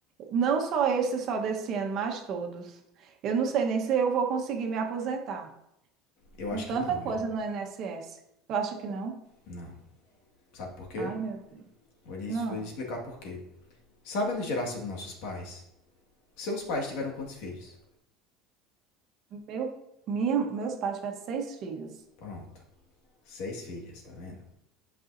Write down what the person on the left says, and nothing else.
Eu acho
que não, viu?
Não. Sabe por quê?
Vou lhe,
vou lhe explicar por quê. Sabe a geração dos nossos pais? Seus pais tiveram quantos filhos?
Pronto. Seis filhas, tá vendo?